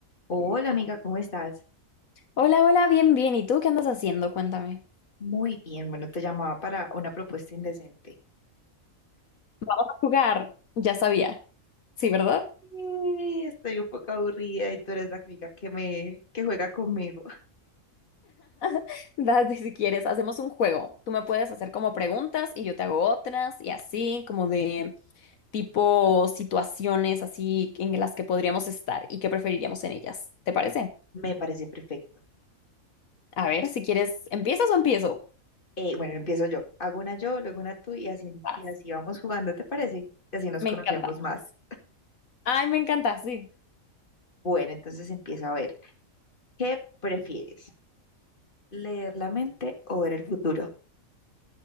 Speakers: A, on the left; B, on the left.
A: Hola amiga, ¿cómo estás?
B: Hola, hola, bien, bien. ¿Y tú qué andas haciendo? Cuéntame.
A: Muy bien, bueno, te llamaba para una propuesta indecente.
B: Vamos a jugar. Ya sabía. Sí, ¿verdad?
A: Sí, Estoy un poco aburrida y tú eres la amiga que me que juega conmigo. <laughs>
B: <laughs> Date si quieres, hacemos un juego. Tú me puedes hacer como preguntas y yo te hago otras y así, como de tipo situaciones así en las que podríamos estar y qué preferiríamos en ellas. ¿Te parece?
A: Me parece perfecto.
B: A ver, si quieres, ¿empiezas o empiezo?
A: Eh, bueno, empiezo yo. Hago una yo, luego una tú y así,
B: Vas.
A: y así vamos jugando, ¿te parece? Y así nos
B: Me
A: conocemos
B: encanta.
A: más.
B: Ay, me encanta, sí.
A: Bueno, entonces empieza a ver. ¿Qué prefieres? ¿Leer la mente o ver el futuro?